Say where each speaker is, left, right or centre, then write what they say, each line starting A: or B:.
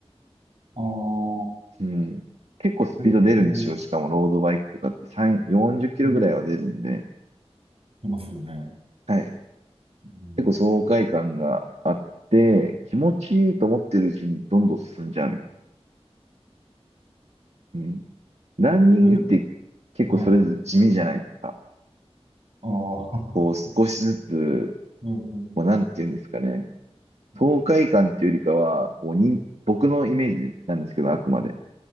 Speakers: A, on the right; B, on the right.
A: あー、
B: うん。結構スピード出るんですよ。
A: えっと、
B: しかもロードバイクとかって3、40キロぐらいは出るんで。
A: うん、出ますよね。
B: はい。
A: うん、
B: 結構爽快感があって、気持ちいいと思ってるうちにどんどん進んじゃうみた
A: うん、
B: いな。うん。ランニングって結構それぞれ地味じゃないですか。
A: うんえ、で、はい。ああ、<laughs>
B: こう少しずつ、
A: うん、うん。
B: こうなんていうんですかね。爽快感っていうよりかは、
A: うん
B: こう、忍僕のイメージなんですけど、あくまで。